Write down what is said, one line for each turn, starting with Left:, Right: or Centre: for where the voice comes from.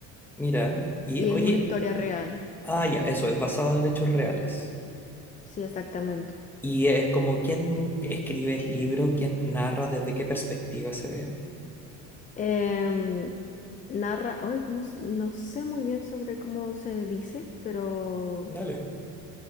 Centre: Mira, y
Left: Y
Centre: oye,
Left: es una historia real,
Centre: ah, ya, eso, es basado en hechos reales.
Left: sí, exactamente.
Centre: Y es como quién escribe el libro, quién narra, desde qué perspectiva se ve.
Left: Em, narra, hoy, ¿cómo? s- No sé muy bien sobre cómo se dice, pero
Centre: Dale.